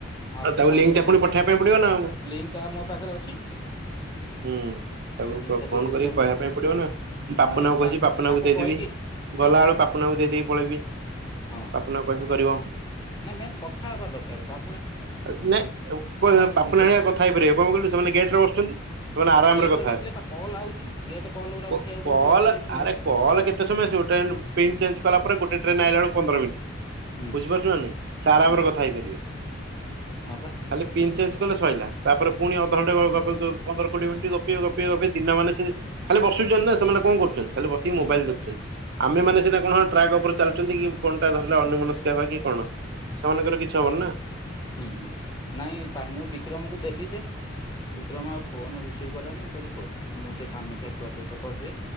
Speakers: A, on the left; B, on the right.
A: ଆପ୍ସଟା
B: ଆ, ତାକୁ
A: ଡାଉନଲୋଡ଼୍
B: ଲିଙ୍କ୍ ଟା ପୁଣି
A: କରିକି
B: ପଠେଇବା ପାଇଁ ପଡିବ ନା ଆଉ
A: ଲିଙ୍କଟା ମୋ ପାଖରେ ଅଛି
B: ହୁଁ,। ତାକୁ
A: ଲିଙ୍କଟା
B: କ ଫୋନ୍
A: ଦେଇଦେବି
B: କରିକି
A: ତମକୁ
B: କହିବା ପାଇଁ ପଡିବ ନା। ମୁଁ ପାପନାଙ୍କୁ
A: ନାଇଁ
B: କହିଛି,
A: ତାଙ୍କୁ
B: ପାପନାଙ୍କୁ
A: ତାକୁ
B: ଦେଇଦେବି।
A: କହିକି
B: ଗଲା
A: ଆଁ
B: ବେଳେ ପାପୁନାକୁ ଦେଇ ଦେଇକି ପଳେଇବି।
A: ହଁ
B: ପାପୁନାକୁ କହିବି କରିବ
A: ନା ମେନ୍ କଥା ହବା ଦରକାର। ପା
B: ଏ ନାଇଁ ଏ କଣା
A: ମୁଁ
B: ପାପୁନା
A: ବିକ୍ରମ
B: ହେକା କଥା ହେଇପାରିବେ। କଣ କହିଲୁ ସେମାନେ ଗେଟ୍ ର ବସୁଛନ୍ତି। ସେମାନେ ଆରାମରେ
A: ଗେଟରେ
B: କଥା
A: ବସିଲେ
B: ହେବେ
A: ପା କଲ୍ ଆଉଛି ଗେଟ୍ କଲ୍ ଗୁରା
B: କ
A: ଉଠେଇବାକୁ ପଡ଼ୁଛି
B: କଲ୍
A: ବାଧ୍ୟ ହେଇକି ମୁଁ
B: ଆରେ କଲ୍ କେତେ ସମୟ ଆସିବ ଟାଇମ୍ କୁ ପେ କି ଚେଞ୍ଜ କଲା ପରେ ଗୋଟେ ଟ୍ରେନ୍ ଆଇଲା ବେଳୁ ପନ୍ଦର ମିନିଟ୍
A: ହୁଁ
B: ବୁଝିପାରୁଚ ନା ନାଇଁ ସେ ଆରାମରେ
A: ହୁଁ
B: କଥା ହେଇପାରିବେ। ଖାଲି
A: ହଁ ପା
B: ପିନ୍ ଚେଞ୍ଜ କଲେ ଶୋଇଲା। ତାପରେ ପୁଣି ଅଧଘଣ୍ଟା ଗ- <unintelligible> ପନ୍ଦର କୋଡ଼ିଏ ମିନିଟ୍ ଗପିବ ଗପିବ ଗପେଇ ଦିନ ମାନ ସେ ଖାଲି ବସିଚନି ନା ସେମାନେ କଣ କରୁଚନ୍ତି। ଖାଲି ବସି
A: ହୁଁ
B: ମୋବାଇଲ୍ ଦେଖୁଛନ୍ତି। ଆମେ
A: ହୁଁ
B: ମାନେ ସିନା କଣ ହଁ ଟ୍ରାକ୍ ଉପରେ ଚାଲୁଚନ୍ତି କି ଫୋନ୍ ଟା ଧରିଲେ ଅନ୍ୟ ମନସ୍କ ହେବା କି କଣ। ସେମାନଙ୍କର କିଛି ହବନି ନା।
A: ହୁଁ, ହୁଁ, ନାଇଁ ତା ମୁଁ ବିକ୍ରମ କୁ ଦେଲି ଯେ। ବିକ୍ରମ ଆଉ ଫୋନ୍ ରିସିଭ କଲାନି। ମୁଁ କହିଲି ହଉ ମୁଁ ସେ କାମିକା ଛୁଆ ସହିତ କରିଦିଏ